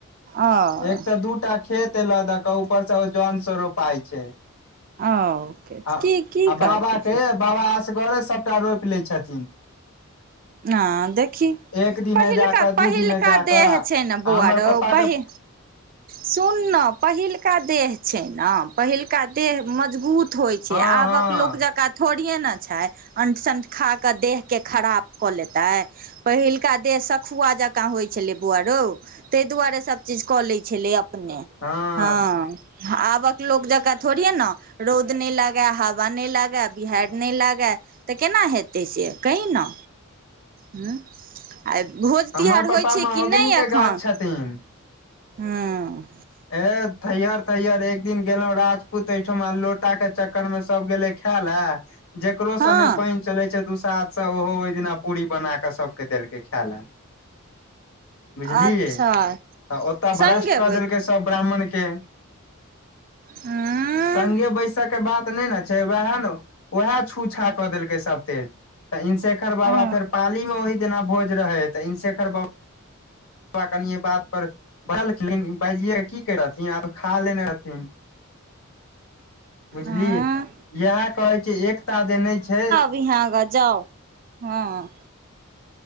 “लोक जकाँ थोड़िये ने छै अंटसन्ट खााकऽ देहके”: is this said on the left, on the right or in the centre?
Right